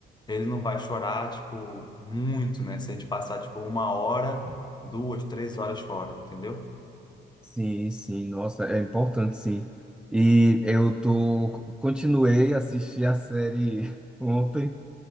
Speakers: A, on the left (about 20°); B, in the centre.
A: ele não vai chorar tipo muito, né? Se a gente passar tipo uma hora duas, três horas fora, entendeu?
B: Sim, sim, nossa, é importante sim. E eu tô, continuei a assistir a série <laughs> ontem.